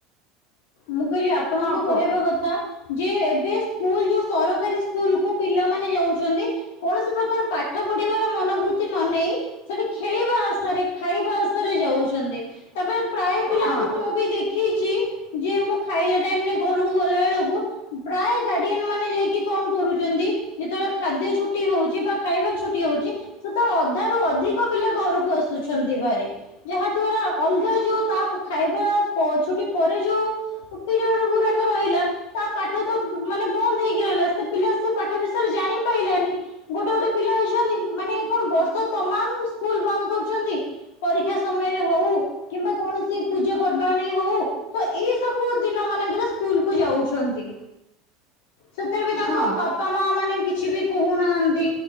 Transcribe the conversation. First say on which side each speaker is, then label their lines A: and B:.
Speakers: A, on the left; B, on the left.
A: ମୁଁ କହିଲି ଆପଣଙ୍କ
B: ହଁ କୁହ
A: କହିବା କଥା ଯେ ଏବେ ସ୍କୁଲ ଯୋଉ ସରକାରୀ ସ୍କୁଲ କୁ ପିଲାମାନେ ଯାଉଛନ୍ତି କୌଣସି ପ୍ରକାର ପାଠ ପଢିବାର ମନ ବୃ ତି ନ ନେଇ ସେଠି ଖେଳିବା ଆଶାରେ, ଖାଇବା ଆଶାରେ ଯାଉଛନ୍ତି ତା ପରେ ପ୍ରାୟ ପିଲାଙ୍କୁ
B: ହଁ
A: ମୁଁ ବି ଦେଖିଛି ଯେ ମୁଁ ଖାଇଲା ଟାଇମ ରେ ଘରକୁ ଗଲା ବେଳକୁ ପ୍ରାୟ ଗାର୍ଡିଆନ ମାନେ ଯାଇକି କଣ କରୁଛନ୍ତି ଯେତେବେଳେ ଖାଦ୍ୟ ଛୁଟି ହଉଛି ବା ଖାଇବା ଛୁଟି ହଉଛି ସେତେବେଳେ ଅଧାରୁୁ ଅଧିକ ପିଲା ଘରକୁ ଆସୁଛନ୍ତି ଭାରି ଯାହା ଦ୍ଵାରା ଅଲଗା ଯୋଉ ତା ଖାଇବା ପ ଛୁଟି ପରେ ଯୋଉ ପିରିଅଡ ଗୁରାକ ରହିଲା ତା ପାଠ ତ ମାନେ ବନ୍ଦ ହେଇକି ରହିଲା ସେ ପିଲା ସେ ପାଠ ବିଷୟରେ ଜାଣି ପାଇଲାନି ଗୋଟେ ଗୋଟେ ପିଲା ଅଛନ୍ତି ମାନେ କଣ ବର୍ଷ ତମାମ ସ୍କୁଲ ବନ୍ଦ କରୁଛନ୍ତି। ପରୀକ୍ଷା ସମୟରେ ହଉ କିମ୍ବା କୌଣସି ପୂଜା ପର୍ବାଣିୀ ହଉ ତ ଏଇ ସବୁ ଦିନ ମାନଙ୍କରେ ସ୍କୁଲ କୁ ଯାଉଛନ୍ତି। ସେଥିରେ ବି ତାଙ୍କ
B: ହଁ।
A: ବାପା ବାପା ମା ମାନେ କିଛି ବି କହୁନାହାନ୍ତି